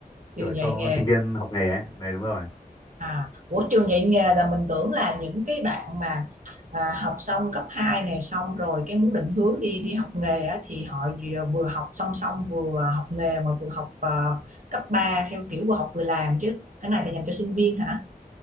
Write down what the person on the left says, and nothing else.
kiểu
cho
sinh viên học nghề ấy đấy đúng rồi